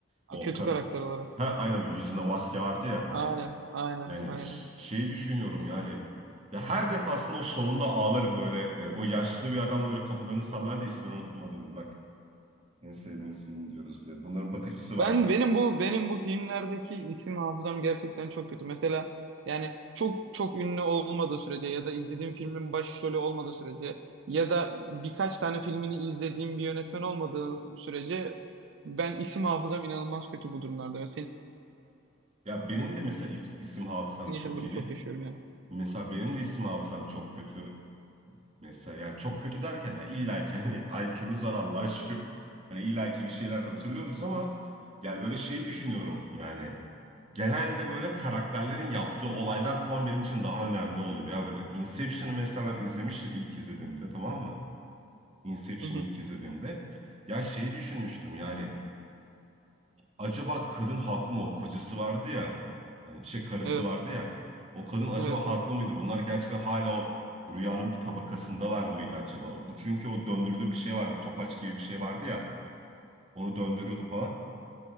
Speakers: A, on the right; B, on the right.
A: Ha,
B: O
A: Kötü
B: kar
A: karakter olarak.
B: ha aynen bu yüzünde maske vardı ya
A: Aynen,
B: hani
A: aynen,
B: Yani
A: aynen.
B: ş- şeyi düşünüyorum yani ya her defasında o sonunda ağlarım böyle e, o yaşlı bir adamla böyle kafalarını sallar da ismini unuttum adamın bak en sevdiğimiz film diyoruz bir de bunların bakıcısı
A: Ben
B: vardı.
A: benim bu benim bu filmlerdeki isim hafızam gerçekten çok kötü. Mesela yani çok çok ünlü olmadığı sürece ya da izlediğim filmin başrolü olmadığı sürece ya da birkaç tane filmini izlediğim bir yönetmen olmadığı sürece ben isim hafızam inanılmaz kötü bu durumlarda. Ve senin
B: Ya benim de mesela if- isim hafızam
A: yaşadığın
B: çok
A: durumu
B: iyiydi.
A: çok yaşıyorum yani.
B: Mesela benim de isim hafızam çok kötü. Mesela yani çok kötü derken ya illa ki hani <laughs> IQ'muz var Allah'a şükür. Hani illa ki bir şeyler hatırlıyoruz ama yani böyle şey düşünüyorum yani genelde böyle karakterlerin yaptığı olaylar falan benim için daha önemli oluyor. Ya böyle Inception'ı mesela ben izlemiştim ilk izlediğimde tamam mı? Inception'ı
A: Hı hı.
B: ilk izlediğimde. Ya şeyi düşünmüştüm yani acaba kadın haklı mı o kocası vardı ya hani şey karısı
A: Evet,
B: vardı ya o kadın acaba
A: evet,
B: haklı
A: evet.
B: mıydı? Bunlar gerçekten hala o rüyanın bir tabakasındalar mıydı acaba? O çünkü o döndürdüğü bir şey vardı. Bir topaç gibi bir şey vardı ya. Onu döndürüyordu falan.